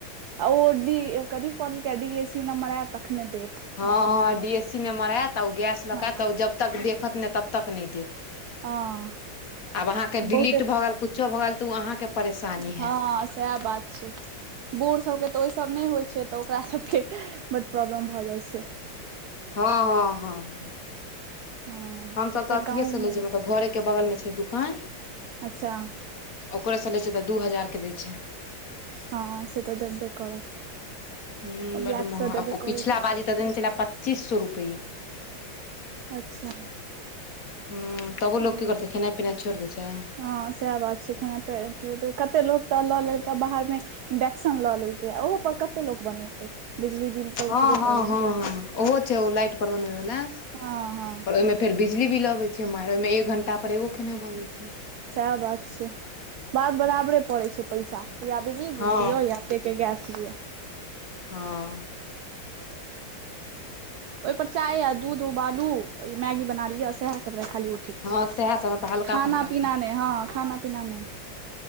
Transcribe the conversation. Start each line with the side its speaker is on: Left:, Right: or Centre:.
Right: आ ओ डी कथी क देलकै, यै डी ए सी नम्बर ऐत तखने देत।
Left: हँ
Right: नहि तऽ
Left: हँ
Right: नहि देत
Left: डी एस सी नम्बर ऐत तऽ ओ गैस लक
Right: हँ
Left: ऐत तऽ ओ जब तक देखत नय तब तक नय देत।
Right: हं
Left: आब अहाँके
Right: बहुते,
Left: डिलीट भऽ गेल कुछो भऽ गेल तऽ ओ अहाँके परेशानी
Right: हँ
Left: है
Right: सैह बात। छी, बूढ़ सभके तऽ ओयसभ नय होइ छै तऽ ओकरा सभके बड्ड प्रॉब्लम भऽ जाइ छै।
Left: हँ- हँ- हँ-
Right: हँ
Left: हमसभ
Right: से
Left: तऽ अथिए
Right: गाँवमे
Left: से लै छी मतलब घरेके बगल मे छै दुकान
Right: अच्छा।
Left: ओकरे से लै छै तऽ दू हजार के दै छै।
Right: हँ सेत देब्बे करत।
Left: हूं
Right: ब्लैक
Left: बड्ड महग
Right: सँ देबे
Left: अ ओ
Right: करै
Left: पिछला
Right: छै
Left: बाजी त देने छलै पच्चीस सौ रुपए।
Right: अच्छा।
Left: हूं तबु
Right: ओ
Left: लोक की करतै खेनाइ पिनाइ छोइड़ देै छै।
Right: हँ सैह बात छै खेना- कत्ते लोक त ल लेलकै बाहर में इडेक्शन ल लेलकैयै ओ ऊहो पर कत्ते लोक बनेतय? बिजली बिल तऽ
Left: हँ-
Right: उठबे
Left: हँ
Right: करै
Left: -हँ
Right: छै
Left: -हँ ओहो छै ओ लाइट पर बनबैबला
Right: हँ हँ
Left: पर ओयमे फेर बिजली बिल लगै छै माइर, ओयमे एक घंटा पर एग्गो खनाय बनै छै।
Right: सैह बात छै। बात बराबरे पड़ै छै पैसा। या बिजली बिल
Left: हँ
Right: दियौ या तइके गैस लिअ।
Left: हं-
Right: ओय पर चाय आ दूध उबालू, ओइ मैगी बना लिय सैह सब लैऽखाली उ ठीक
Left: हँ
Right: छै,
Left: सएह सब मतलब हल्का
Right: खाना
Left: फल्का
Right: -पीना नय हँ खाना -पीना नय।